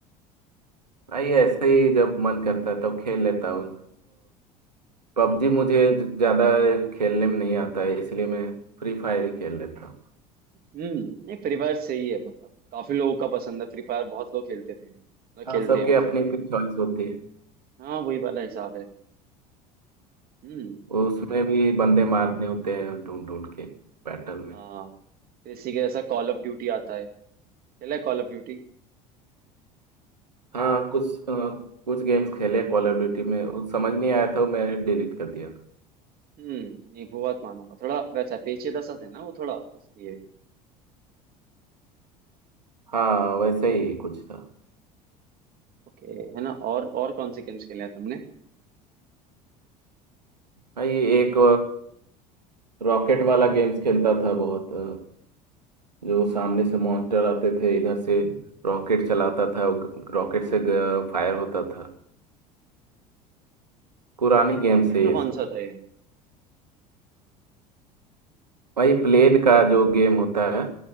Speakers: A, on the right; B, on the right.
A: भाई ऐसे ही जब मन करता है तब खेल लेता हूँ पबजी मुझे ज़्यादा खेलने में नहीं आता है इसलिए मैं फ्री फायर ही खेल लेता हूँ
B: हम्म नहीं फ्री फायर सही है मतलब काफी लोगों का पसंद है फ्री फायर बहुत लोग खेलते थे मतलब
A: हाँ
B: खेलते
A: सबके
B: हैं वैसे
A: अपनी अपनी चॉइस होती है
B: हाँ वही वाला हिसाब है हम्म
A: उसमें भी
B: काफी
A: बंदे मारने होते हैं ढूंढ ढूंढ के बैटल
B: हाँ फिर इसी के जैसा कॉल ऑफ ड्यूटी आता है खेला है कॉल ऑफ ड्यूटी
A: हाँ कुछ अ, कुछ गेम्स खेले कॉल ऑफ ड्यूटी में वो समझ नहीं आया था वो मैंने डिलीट कर दिया
B: हम्म नहीं वो बात मानूंगा थोड़ा वैसा पेचीदा सा था ना वो थोड़ा इसलिए
A: हाँ वैसे ही कुछ था
B: ओके है ना और और कौन से गेम्स खेले हैं तुमने
A: हाँ ये एक रॉकेट वाला गेम्स खेलता था बहुत अ, जो सामने से मॉन्स्टर आते थे इधर से रॉकेट चलाता था रॉकेट से फायर होता था पुरानी गेम्स
B: रॉकेट
A: है
B: का
A: ये
B: कौन
A: सब
B: सा था ये
A: भाई प्लेन का जो गेम होता है